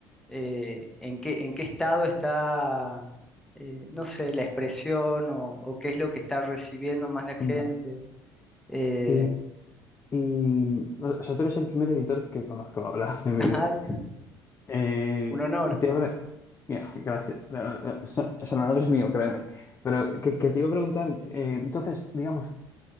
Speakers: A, in the centre; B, on the left (about 25°).
A: eh, en qué, en qué estado está, eh, no sé, la expresión o, o qué es lo que está recibiendo más la gente.
B: Vale.
A: Eh,
B: Y, y, o sea, tú eres el primer editor que conozco, <laughs> la verdad, en mi
A: <laughs>
B: vida.
A: ay,
B: Eh,
A: un honor.
B: y te
A: ¿no?
B: habrá... Mira, gracias. Eh, eh, eh, O sea, o sea, no eres mío, créeme. Pero que, que te iba a preguntar, eh, entonces, digamos,